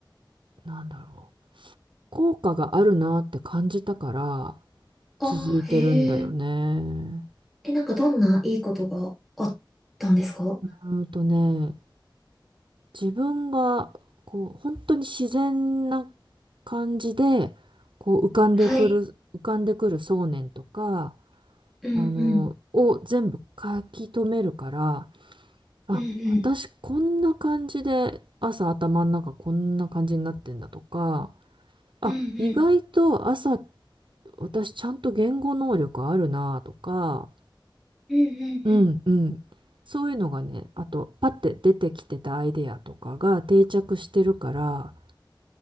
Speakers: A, on the right; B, in the centre.
A: なんだろう、効果があるなって感じたから、
B: あー、
A: 続いてるんだよね。
B: へえ。え、なんかどんないいことがあったんですか
A: うんとね、自分が、こう、本当に自然な感じで、こう、浮かんでくる、
B: はい。
A: 浮かんでくる想念とか、
B: うんうん。
A: あの、を全部書き留めるから、あ、
B: うんう
A: 私こんな感じで、朝頭の中こんな感じになってんだとか、あ、
B: ん。うんうん。
A: 意外と朝私ちゃんと言語能力あるなとか、
B: うんう
A: うんうん。
B: ん
A: そういうのがね、あと、パッて出てきてたアイデアとかが定着してるから、